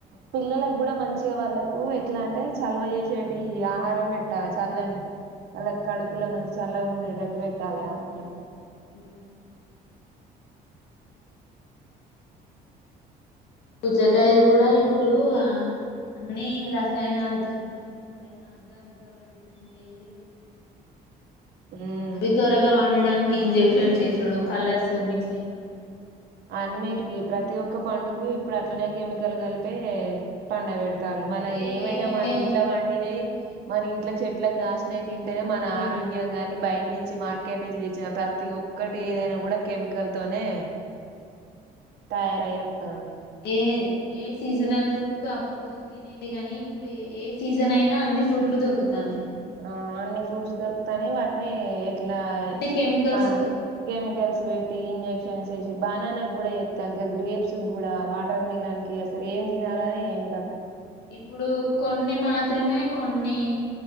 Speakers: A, on the right (about 75°); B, on the left (about 75°).
A: పిల్లల్లక్ కూడా మంచి వచ్చే వాళ్ళకు ఎట్లా అంటే చల్ల్వ చేసేటి ఆహారం పెట్టాలి చల్లని అలా కడుపులో మంచి చల్లవు. డేటట్టు పెట్టాలె ఆ ఐను
B: హు పుచ్చకాయలు కూడా ఇప్పుడు ఆ అన్ని రసాయనాలతోని పండించుడె ఆర్గానిక్ గా పండించింది ఏదిలేదు.
A: ఉమ్
B: అవి త్వరగా పండడా కి ఇంజెక్షన్ చేసుడు కలర్స్ మిక్స్ చేసుడు.
A: అన్నిటికీ ప్రతి ఒక్క పండు ఇప్పు అట్లనే కెమికల్ కలిప్ పే పండ ఎ రాలు మనయ్
B: ఏ
A: ఏమైనా
B: ఏ
A: మనింట్లో వండినయి మన ఇంట్లో చెట్లక్
B: మనం
A: గాస్నయ్
B: చేసుకొనే
A: తింటనే మన
B: తినాలి
A: ఆరోగ్యం గాని బయ్ నించి మార్కెట్ నించి తెచ్చిన ప్రతి ఒక్కటి ఏదైనా కూడా కెమికల్ తోనే తయారయ్ తామి
B: ఏ ఏ సీజినల్ ఫ్రూట్ అప్పుడు తినేది కాని ఇప్పుడు ఏ ఏ సీజన్ ఐనా అన్ని ఫ్రూట్లు దొరుకుతానై
A: ఆ అన్ని ఫ్రూట్స్ దొరుకుతానయ్ వాట్ నే ఇట్లా
B: అన్ని కెమికల్స్
A: మా
B: తోనే
A: కెమికల్స్ వెట్టి ఇంజెక్షన్స్ ఏసి బాననా కూడా ఎత్తాంగంగ్రు గ్రేప్స్ కూడా వాటర్ మిలాన్ కి అసల ఏం తినాల్ అనే ఏంగ
B: ఇప్పుడు కొన్ని మాత్రమే కొన్ని